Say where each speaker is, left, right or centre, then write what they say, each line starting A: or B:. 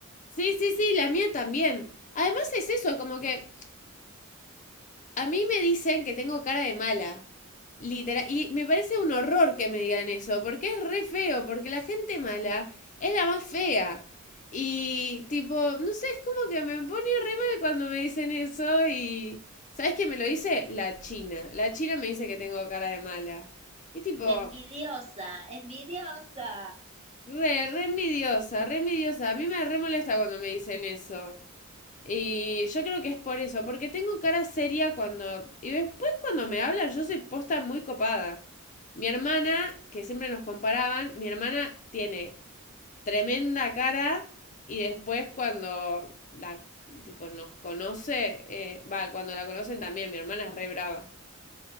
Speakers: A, on the left; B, on the right.
A: Sí, sí, sí, la mía también. Además es eso, como que a mí me dicen que tengo cara de mala. Literal. Y me parece un horror que me digan eso, porque es re feo, porque la gente mala es la más fea. Y tipo, no sé, es como que me pone re mal cuando me dicen eso y... ¿Sabes qué me lo dice? La China. La China me dice que tengo cara de mala. Y tipo,
B: de envidiosa, envidiosa.
A: re, re envidiosa, re envidiosa. A mí me re molesta cuando me dicen eso. Y yo creo que es por eso, porque tengo cara seria cuando... Y después cuando me hablan yo soy posta muy copada. Mi hermana, que siempre nos comparaban, mi hermana tiene tremenda cara y después cuando la tipo nos conoce, eh, va, cuando la conocen también, mi hermana es re brava.